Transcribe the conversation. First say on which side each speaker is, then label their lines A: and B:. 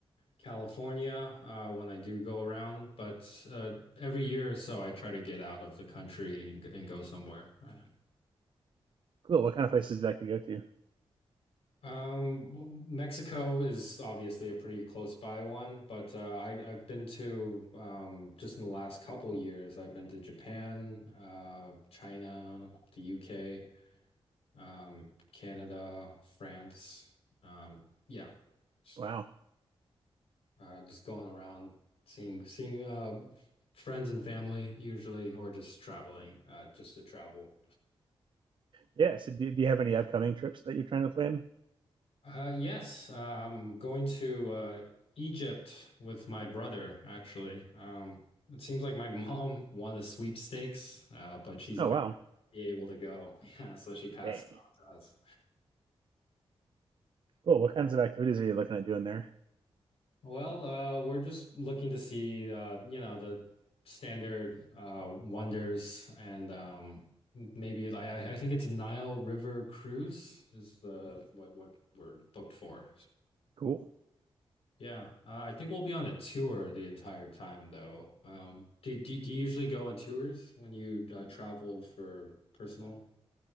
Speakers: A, on the left (about 80°); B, on the right (about 55°).
A: California uh, when I do go around, but uh, every year or so, I try to get out of the country and, and go somewhere. Uh,
B: Cool. What kind of places do you like to go to?
A: Um, well, Mexico is obviously a pretty close by one, but uh, I, I've been to um, just in the last couple years, I've been to Japan, uh, China, the UK, um, Canada, France. Um, yeah, just,
B: Wow.
A: uh, just going around seeing seeing uh, friends and family usually, or just traveling, uh, just to travel.
B: Yeah. So, do, do you have any upcoming trips that you're trying to plan?
A: Uh, yes, uh, I'm going to uh, Egypt with my brother, actually. Um, it seems like my <laughs> mom won the sweepstakes, uh, but she's
B: Oh,
A: not
B: wow.
A: be able to go. <laughs> Yeah, so she passed
B: Dang.
A: it on to us.
B: Cool. What kinds of activities are you looking at doing there?
A: Well, uh, we're just looking to see, uh, you know, the standard uh, wonders and um, maybe I, I I think it's a Nile River cruise is the what what we're booked for.
B: Cool.
A: Yeah, uh, I think we'll be on a tour the entire time, though. Um, do, do, do you usually go on tours when you uh, travel for personal?